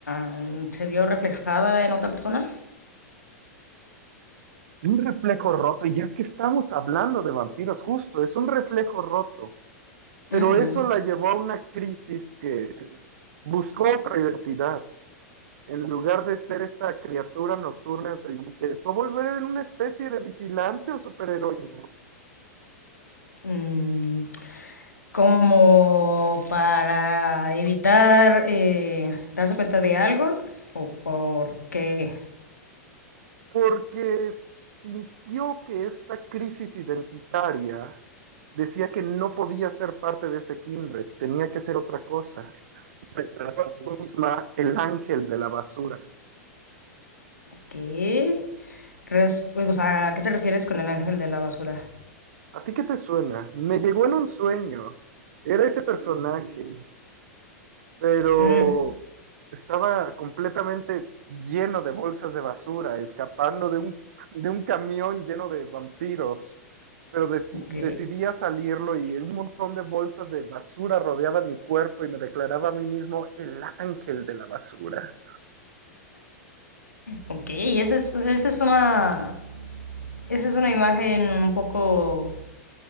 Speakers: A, on the left (about 85°); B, on the right (about 55°).
A: mm, se vio reflejada en otra persona.
B: Un reflejo roto, y ya que estamos hablando de vampiros, justo, es un reflejo roto, pero
A: Ujú.
B: eso la llevó a una crisis que Buscó otra identidad. En lugar de ser esta criatura nocturna, se intentó volver en una especie de vigilante o superheroína,
A: Mm, como para evitar eh, darse cuenta de algo o por qué.
B: porque sintió que esta crisis identitaria decía que no podía ser parte de ese kindred, tenía que ser otra cosa. Se declaró a sí misma el ángel de la basura.
A: ¿Qué? Res- o sea, ¿a qué te refieres con el ángel de la basura?
B: ¿A ti qué te suena? Me llegó en un sueño. Era ese personaje. pero
A: Mm,
B: estaba completamente lleno de bolsas de basura, escapando de un, <laughs> de un camión lleno de vampiros. Pero deci-
A: ok,
B: decidí a salirlo y un montón de bolsas de basura rodeaban mi cuerpo y me declaraba a mí mismo el ángel de la basura.
A: ok, esa es, esa es una, esa es una imagen un poco